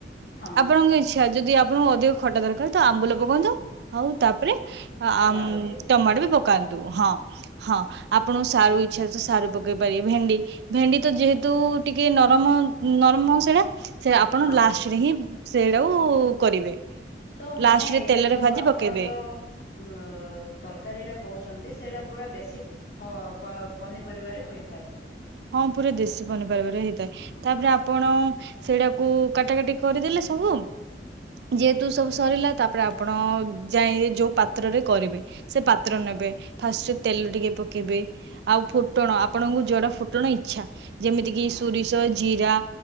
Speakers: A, on the left; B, on the right.
A: ହଁ।
B: ଆପଣଙ୍କ ଇଚ୍ଛା ଯଦି ଆପଣଙ୍କୁ ଅଧିକ ଖଟା ଦରକାର ତ ଆମ୍ବୁଲ ପକାନ୍ତୁ ଆଉ ତାପରେ ଆ
A: ଟମାଟୋ ବି
B: ଟମାଟୋ ବି ପକାନ୍ତୁ ହଁ ହଁ। ଆପଣଙ୍କୁ ସାର ଇଚ୍ଛା ତ ସାରୁ ପକେଇ ପାରିବେ ଭେଣ୍ଡି ଭେଣ୍ଡି ତ ଯେହେତୁ ଟିକେ ନରମ ନରମ ସେଇଟା ସେ ଆପଣ
A: ହଁ।
B: ଲାଷ୍ଟରେ ହିଁ ସେଗୁଡାକୁ କରିବେ।
A: ତ ମାନେ
B: ଲାଷ୍ଟରେ
A: ଏଇଟା
B: ତେଲରେ
A: ଯୋ
B: ଭାଜି
A: ଆପଣ
B: ପକେଇବେ
A: ଯୋ ଉଁ ତରକାରୀଟା କହୁଛନ୍ତି ସେଇଟା ପୁରା ଦେଶୀ ଫ ପନିପରିବାରେ ହୋଇଥାଏ।
B: ହଁ ପୁରା ଦେଶୀ ପନିପରିବରେ ହେଇଥାଏ ତାପରେ
A: ହଁ
B: ଆ ଆପଣ ସେଇଟାକୁ କାଟା କଟି କରିଦେଲେ ସବୁ ଯେହେତୁ ସବୁ ସରିଲା ତାପରେ ଆପଣ ଯାଇ ଯୋଉ ପାତ୍ରରେ କରିବେ। ସେ ପାତ୍ର ନେବେ ଫାଷ୍ଟ ତେଲ ଟିକେ ପକେଇବେ ଆଉ ଫୁଟଣ ଆପଣଙ୍କୁ ଯୋଡ଼ା ଫୁ ତେଣୁ ଇଚ୍ଛା ଯେମିତି କିି
A: ହଁ
B: ସୁରିଷ ଜିରା